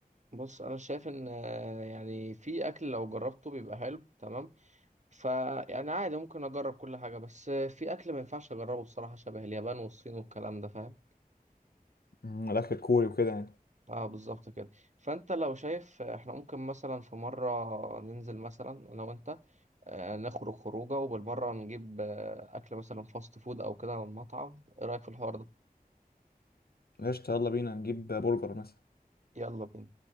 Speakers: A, on the right; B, on the left.
A: بص انا شايف ان آه، يعني في اكل لو جربته بيبقى حلو تمام فيعني عادي ممكن اجرب كل حاجه بس في اكل ما ينفعش اجربه بصراحه شبه اليابان والصين والكلام ده فاهم
B: مم، الاكل الكوري وكده يعني
A: اه بالظبط كده فانت لو شايف احنا ممكن مثلا في مره ننزل مثلا انا وانت آه، نخرج خروجه وبالمره نجيب آه، اكل مثلا فاست فود او كده من مطعم ايه رايك في الحوار ده
B: قشطة يلا بينا نجيب برجر مثلا
A: يلا بينا